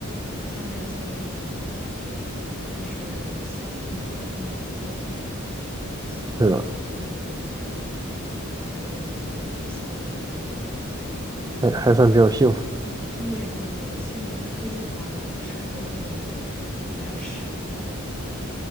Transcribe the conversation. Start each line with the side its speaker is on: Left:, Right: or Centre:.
Centre: 好像没有现在这么发达，但是相对家庭结构稳定，小孩儿也没有那么累
Right: 是的，
Centre: 啊，人口结构也相对可以啊
Right: 还还算比较幸福，
Centre: 对对对，现在科技发达了，生活便利了，但是